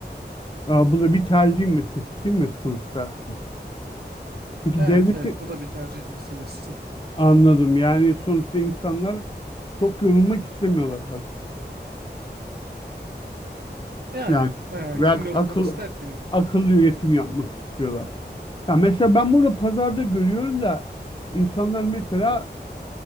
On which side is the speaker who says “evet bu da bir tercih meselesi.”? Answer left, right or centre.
Right